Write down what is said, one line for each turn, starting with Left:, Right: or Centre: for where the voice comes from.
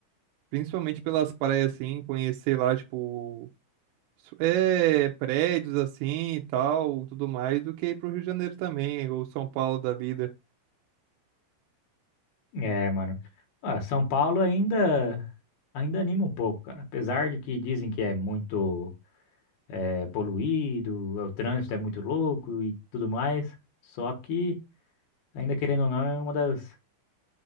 Right: principalmente pelas praias, assim, conhecer lá, tipo, s- é, prédios, assim, e tal, tudo mais, do que ir pro Rio de Janeiro também, ou São Paulo da vida.
Left: É, mano. Ah, São Paulo ainda ainda anima um pouco, cara. Apesar de que dizem que é muito é poluído, o trânsito é muito louco e tudo mais. Só que, ainda querendo ou não, é uma das,